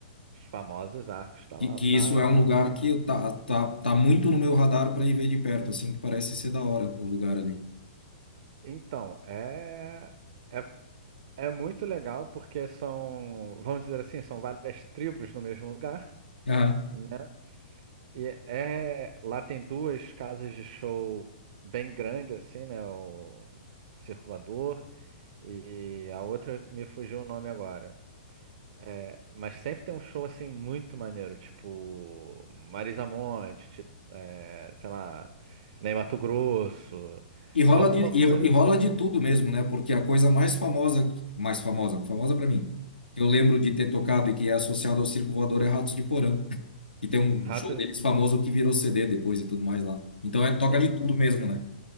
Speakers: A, on the right (about 50°); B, on the left (about 85°).
A: os famosos arcos da, La-
B: que, que
A: da,
B: isso é um lugar
A: da
B: que
A: Lapa.
B: eu tá, tá, tá muito no meu radar para ir ver de perto, assim que parece ser da hora o lugar ali.
A: Então, é, é, é muito legal porque são, vamos dizer assim, são várias tribos no mesmo lugar,
B: Aham.
A: né? E é, lá tem duas casas de show bem grandes, assim, né? O Circo Voador e a outra me fugiu o nome agora. É, mas sempre tem um show, assim, muito maneiro, tipo Marisa Monte, tipo, é, sei lá, Ney Mato Grosso,
B: E rola
A: alguma
B: de, e,
A: coisa,
B: e rola de tudo mesmo, né? Porque a coisa mais famosa, que- mais famosa, famosa para mim, que eu lembro de ter tocado e que é associado ao Circo Voador é Ratos de Porão, <laughs> que tem um
A: rato
B: show deles famoso que virou CD depois e tudo mais lá. Então é toca
A: e-
B: de tudo mesmo, né?